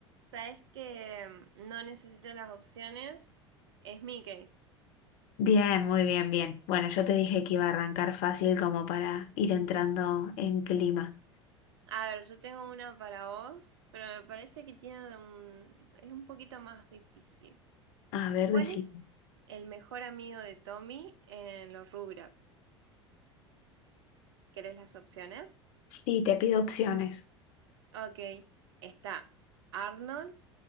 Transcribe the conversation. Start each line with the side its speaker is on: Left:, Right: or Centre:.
Right: Sabés que mm, no necesito las opciones. Es Mickey.
Left: Bien, muy bien, bien. Bueno, yo te dije que iba a arrancar fácil como para ir entrando en clima.
Right: A ver, yo tengo una para vos, pero me parece que tiene un, es un poquito más difícil.
Left: A ver,
Right: ¿Cuál
Left: decime.
Right: es el mejor amigo de Tommy en los Rugrats? ¿Querés las opciones?
Left: Sí, te pido opciones.
Right: Ok, está Arnold,